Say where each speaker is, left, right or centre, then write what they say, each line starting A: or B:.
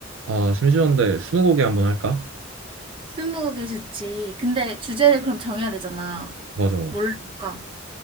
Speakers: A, on the right (about 75°); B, on the right (about 25°).
A: 아, 심심한데 스무고개 한번 할까?
B: 스무고개 좋지. 근데 주제를 그럼 정해야 되잖아.
A: 맞아.
B: 뭘로 할까?